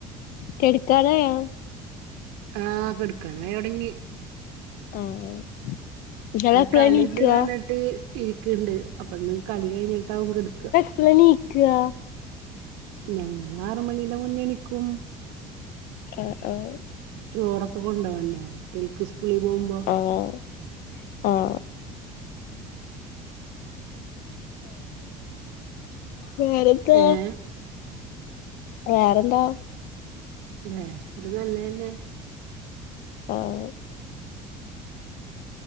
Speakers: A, on the left; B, on the right.
A: കെട്ക്കാനായോ?
B: ആഹ് കെടക്കാനായൊടങ്ങി.
A: ആഹ് ഇങ്ങളെപ്പളാ
B: ഇന്ന് കളി
A: എണീക്കാ
B: ഇണ്ട്ന്ന് പർഞ്ഞിട്ട് ഇരിക്ക്ണ്ട് അപ്പന്ന് കളി കഴിഞ്ഞിട്ടാവും കെട്ക്കാ.
A: പ്ളാ നീക്കാ?
B: ഞങ്ങളാറ് മണീന്റെ മുന്നെണീക്കും.
A: ആഹ് ആഹ്
B: ചോറൊക്കെ കൊണ്ടോവണ്ടേ കുട്ട്യേൾക്ക് ഇസ്കൂളി പോവുമ്പോ?
A: ആഹ് ആഹ് വേറെന്താ
B: ഏഹ്
A: വേറെന്താ
B: ല്ലെ ഇത് നല്ലതന്നെ.
A: ആഹ്